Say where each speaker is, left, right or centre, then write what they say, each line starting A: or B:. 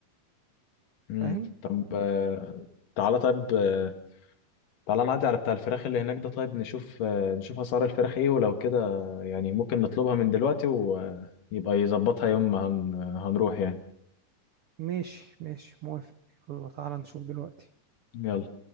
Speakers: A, on the left (about 75°); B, on the right (about 75°).
A: امم
B: فاهم
A: طب آه، تعالى طيب آه، تعالى نعدي على بتاع الفراخ اللي هناك ده طيب نشوف آه، نشوف اسعار الفراخ ايه ولو كده يعني ممكن نطلبها من دلوقتي ويبقى يظبطها يوم ما هن- هنروح يعني
B: ماشي ماشي موافق يلا تعالى نشوف دلوقتي
A: يلا